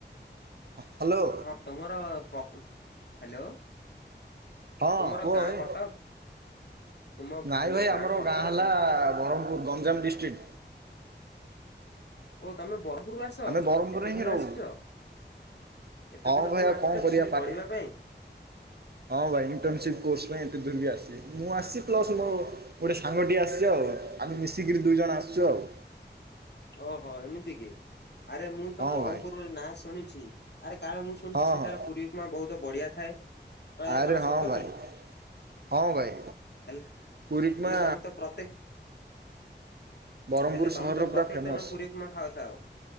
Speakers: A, on the right; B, on the left.
A: ହ୍ୟାଲୋ।
B: ହଁ ତୁମର ହ୍ୟାଲୋ।
A: ହଁ
B: ତୁମର
A: କୁହ
B: ଗାଁ
A: ହେ।
B: କଟକ ତୁମ
A: ନାଇଁ
B: ତୁମ
A: ଭାଇ ଆମର
B: କଟକ
A: ଗାଁ ହେଲା ବ୍ରହ୍ମପୁର ଗଞ୍ଜାମ ଡିଷ୍ଟ୍ରିକ୍ଟ।
B: ଓ ତମେ ବରପୁରକୁ ଆସ
A: ଆମେ ବ୍ରହ୍ମପୁରରେ
B: ଏତେ
A: ହିଁ
B: ଦୂର
A: ରହୁ
B: ଆସିଛ। ଏତେ
A: ହଁ
B: ଦୂର
A: ଭାଇ
B: ତମେ
A: ଆଉ
B: ଆସିଛ
A: କଣ କରିବା
B: ଖାଲି
A: ପାଠ
B: ପଢିବା ପାଇଁ।
A: ହଁ ଭାଇ ଣ୍ଟର୍ନସିପ କୋର୍ସ ପାଇଁ ଏତେ ଦୁର ବି ଆସି। ମୁଁ ଆସି ପ୍ଲସ୍ ମୋ ଗୋଟଏ ସାଙ୍ଗଟିଏ ଆସିଛି ଆଉ ଆମେ ମିଶିକିରି ଦୁଇ ଜଣ ଆସିଛୁ ଆଉ।
B: ଓହୋ ଏମିତି କି। ଆରେ ମୁଁ ତ
A: ହଁ
B: ବ୍ରହ୍ମପୁର
A: ଭାଇ
B: ନାଁ ଶୁଣିଛି ଆରେ କାଳେ ମୁଁ ଶୁଣିଛି
A: ହଁ
B: ସେଠାରେ
A: ହଁ
B: ପୁରୀ ଉପମା ବହୁତ ବଢ଼ିଆ ଥାଏ ଏହା
A: ଆରେ
B: କଣ ସତ
A: ହଁ ଭାଇ
B: କି?
A: ହଁ ଭାଇ
B: ହେଲ
A: ପୁରୀ ଉପମା
B: ହେଲେ ତମେ ତ ପ୍ରତ୍ୟେକ
A: ବ୍ରହ୍ମପୁର
B: ହେଲେ ତମେ
A: ସହରର
B: ତ ପ୍ରତ୍ୟେକ
A: ପୁରା ଫେମସ
B: ଦିନ ପୁରୀ ଉପମା ଖାଉଥାଅ।